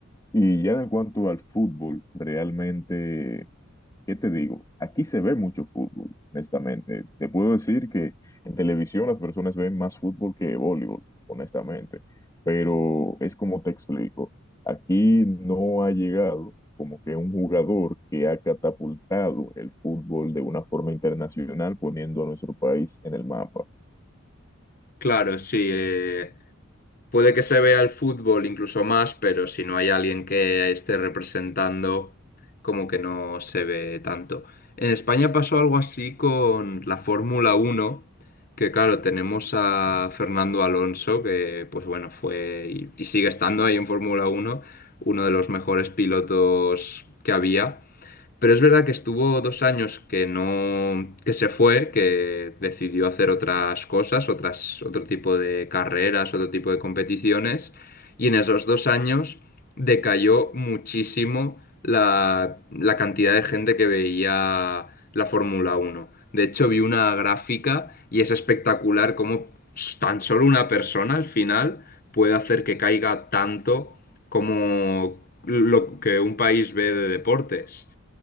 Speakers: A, on the left; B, on the left.
A: Y ya en cuanto al fútbol, realmente ¿Qué te digo? Aquí se ve mucho fútbol, honestamente. Te puedo decir que en televisión las personas ven más fútbol que voleibol, honestamente. Pero es como te explico. Aquí no ha llegado como que un jugador que ha catapultado el fútbol de una forma internacional poniendo a nuestro país en el mapa.
B: Claro, sí. eh, Puede que se vea el fútbol incluso más, pero si no hay alguien que esté representando, como que no se ve tanto. En España pasó algo así con la Fórmula Uno, que claro, tenemos a Fernando Alonso, que pues bueno, fue y, y sigue estando ahí en Fórmula Uno, uno de los mejores pilotos que había. Pero es verdad que estuvo dos años que no, que se fue, que decidió hacer otras cosas, otras, otro tipo de carreras, otro tipo de competiciones, y en esos dos años decayó muchísimo la, la cantidad de gente que veía la Fórmula Uno De hecho, vi una gráfica y es espectacular cómo tan solo una persona al final puede hacer que caiga tanto como lo que un país ve de deportes.